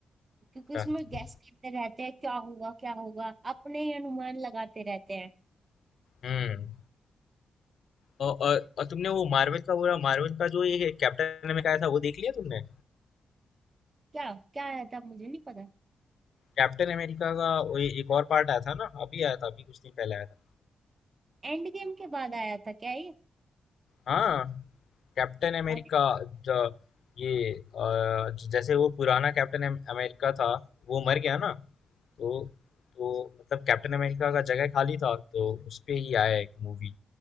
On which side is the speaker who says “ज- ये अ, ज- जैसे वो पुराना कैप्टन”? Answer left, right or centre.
Left